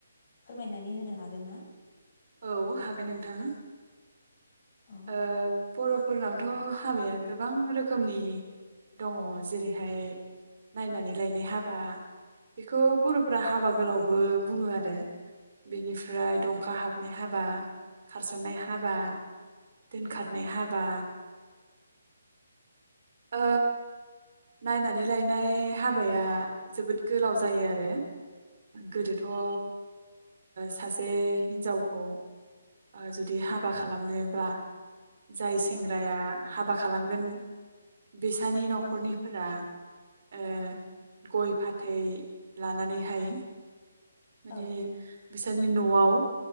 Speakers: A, on the left; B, on the right.
A: फोरमायनानै होनो हाग गोनना
B: औ हागोन नोंथां
A: औ
B: ओ बर'फोरनावथ' हाबाया गोबां रोखोमनि दङ जेरैहाय नायनानै लायनाय हाबा बेखौ बर'फोरा हाबा गोलावबो बुङो आरो बेनिफ्राय दंखा हाबनाय हाबा खारस'ननाय हाबा दोनखारनाय हाबा ओ नायनानै लायनाय हाबाया जोबोद गोलाव जायो आरो गोदोथ' ओ सास दे हिन्जावखौ आ जुदि हाबा खालामनोब्ला जाय सेंग्राया
A: औ
B: हाबाख खालामगोन बिसानि न'खरनिफोरा ओ गय फाथै लानानैहाय मानि
A: औ
B: बिस साहनि न'आव